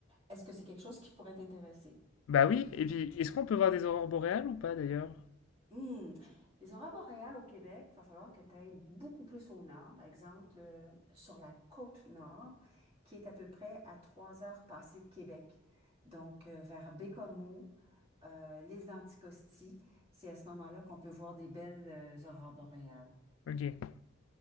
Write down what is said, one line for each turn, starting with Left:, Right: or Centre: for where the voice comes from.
Right: Est-ce que c'est quelque chose qui pourrait t'intéresser?
Left: Bah oui, et puis est-ce qu'on peut voir des aurores boréales ou pas d'ailleurs?
Right: Hmm. Les aurores boréales au Québec, il va falloir que tu ailles beaucoup plus au nord. Exemple, euh, sur la côte nord, qui est à peu près à trois heures passées de Québec. Donc, euh, vers Baie-Comeau, euh, l'île d'Anticosti, c'est à ce moment-là qu'on peut voir des belles euh, aurores boréales.
Left: Ok.